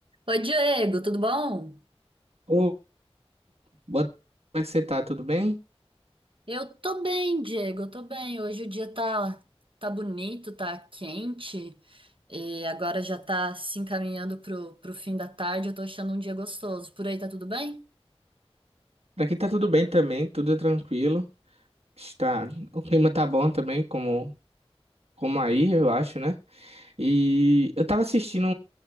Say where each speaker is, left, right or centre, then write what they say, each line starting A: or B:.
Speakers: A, on the right; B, on the right.
A: Oi, Diego, tudo bom?
B: Ô, boa tarde, como é que você tá? Tudo bem?
A: Eu tô bem, Diego, eu tô bem. Hoje o dia tá, tá bonito, tá quente, e agora já tá se encaminhando pro, pro fim da tarde. Eu tô achando um dia gostoso. Por aí tá tudo bem?
B: Por aqui tá tudo bem também, tudo tranquilo. Está, o clima tá bom também, como, como aí, eu acho, né? E eu tava assistindo,